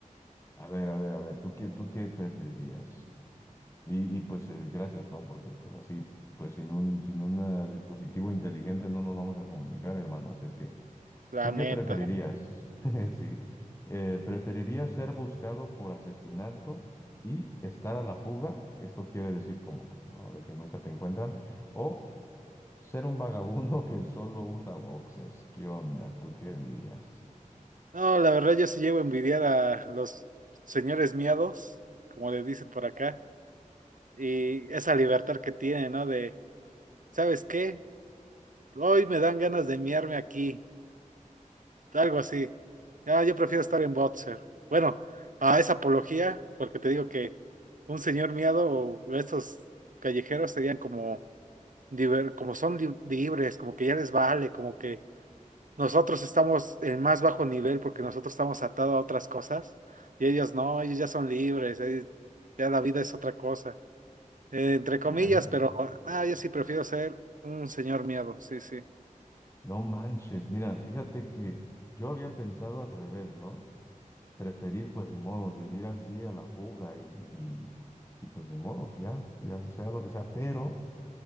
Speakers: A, on the left (about 20°); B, on the right (about 70°).
A: A ver, a ver, a ver, ¿tú qué, tú qué preferirías? Y, y, pues eh, gracias, ¿no? Porque pues así, pues sin un, sin un eh, dispositivo inteligente no nos vamos a comunicar, hermano. Así es que
B: la
A: ¿Tú qué
B: neta.
A: preferirías? <laughs> Sí. Eh, ¿preferirías ser buscado por asesinato y estar a la fuga? Esto quiere decir como, pues, ¿no? De que nunca te encuentran. O ser un vagabundo que solo usa boxers. ¿Qué onda? ¿Tú qué dirías?
B: No, la verdad yo sí llevo a envidiar a los señores miados, como le dicen por acá, y esa libertad que tienen, ¿no? De, ¿sabes qué? Hoy me dan ganas de miarme aquí, algo así. ah yo prefiero estar en boxer. Bueno, a esa apología, porque te digo que un señor miado o estos callejeros serían como, liber- como son li- libres, como que ya les vale, como que Nosotros estamos en más bajo nivel porque nosotros estamos atados a otras cosas y ellos no, ellos ya son libres, eh, ya la vida es otra cosa, eh, entre comillas,
A: Mira,
B: pero ah, yo sí prefiero ser un señor miedo, sí, sí.
A: no manches. Mira, fíjate que yo había pensado al revés, ¿no? Preferir, pues, ni modos, vivir así a la fuga y, y, y pues, ni modos, ya, ya sea lo que sea. Pero...